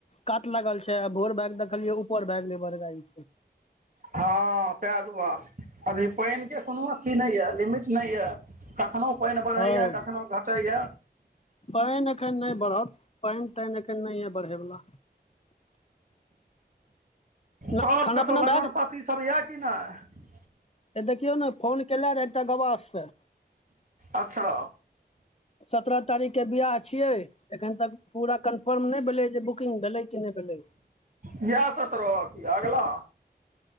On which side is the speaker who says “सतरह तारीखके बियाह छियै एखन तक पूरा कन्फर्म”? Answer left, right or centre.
Left